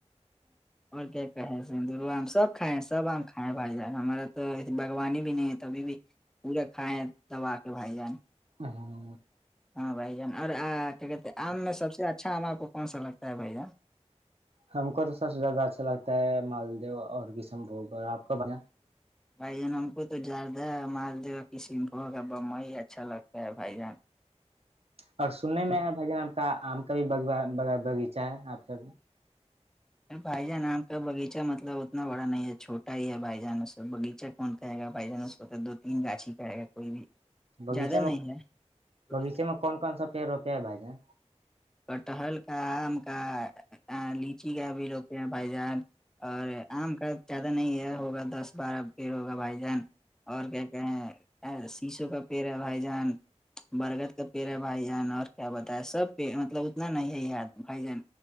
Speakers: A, in the centre; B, on the right.
A: اور کیا کہ سندرو آم سب کائے سب کھائے بھائی جان ہمارا تو ایے باگوانی بھی نہیں ہے ت ابھی بھی پورے کھائے دبا کے بھائی جان
B: ہاں
A: ہاں بھائی جان اور کیا کہتے ہیں آم میں سب سے اچھا آم آپ کو کون سا لگتا ہے بھائی جان
B: ہم کو تو سب سے زیادہ اچھا لگتا ہے مالدو اور کشم بھگ اور آپ کا بڑھ
A: بھائی جان ہم کو تو زیادہ مال دا کسیم ب ہوگا با ہی اچھا لگتا ہے بھائی جان
B: اور سننے میں ہے بھائی جان کا آم کا بھی باغیچہ ہے آپ کا
A: بھائی جان آام کا بغیچہ مطلب اتنا بڑا نہیں ہے چھٹا ہی ہے بائی جان سب بغیچہ کون کہے گا بھائی جان اس کو تو دو تین گاھ ہی کاے گا کوئی بھی
B: بغیچے
A: زیادہ
B: میں
A: نہیں ہے
B: بغیچے میں کون کون سا پیڑ روپے ہے بھائی جان
A: کٹہل کا آم کا لچی کا بھی روپ بھائی جان اور آم کا زیادہ نہیں ہے ہوگا دس بارہ پڑ ہوگا بھائی جان اور کیا کہیں سیشو کا پیڑ ہے بھائی جان برگد کا پیڑ ہے بھائی جان اور کیا بت ہے سب مطلب اتنا نہیں ہے یار بھائی جان